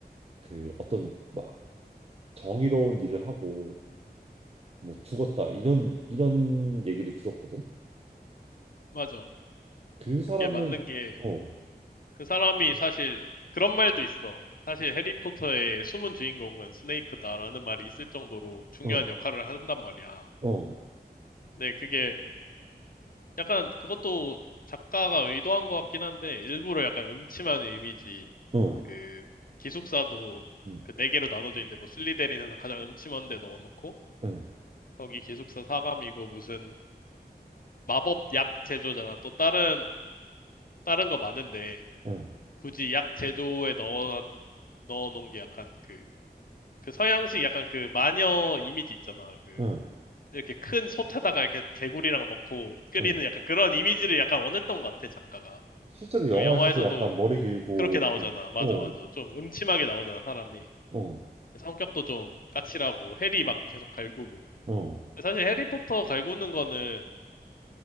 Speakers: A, on the right; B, on the left.
A: 그 어떤 막 정의로운 일을 하고 뭐 죽었다 이런 이런 얘기를 들었거든.
B: 맞아.
A: 그 사람은
B: 그게 맞는 게
A: 어,
B: 그 사람이 사실 그런 말도 있어. 사실 해리포터의 숨은 주인공은 스네이프다라는 말이 있을 정도로 중요한
A: 어,
B: 역할을 한단 말이야.
A: 어,
B: 근데 그게 약간 그것도 작가가 의도한 것 같긴 한데 일부러 약간 음침한 이미지
A: 어,
B: 그 기숙사도
A: 응,
B: 그 네 개로 나눠져 있는데 뭐 슬리데린에서 가장 음침한 데 넣어놓고
A: 응,
B: 거기 기숙사 사감이고 무슨 마법 약 제조잖아. 또 다른 다른 거 많은데
A: 응,
B: 굳이 약 제조에 넣어 넣어놓은 게 약간 그 그 서양식 약간 그 마녀 이미지 있잖아. 그
A: 응,
B: 이렇게 큰 솥에다가 이렇게 개구리랑 넣고 끓이는
A: 응.
B: 약간 그런 이미지를 약간 원했던 것 같아, 작가가.
A: 실제로
B: 그리고
A: 영화에서도
B: 영화에서도
A: 약간 머리 길고
B: 그렇게 나오잖아.
A: 좀
B: 맞아,
A: 어,
B: 맞아. 좀 음침하게 나오잖아, 사람이.
A: 어,
B: 성격도 좀 까칠하고 해리 막 계속 갈구고.
A: 어,
B: 사실 해리포터 갈구는 거는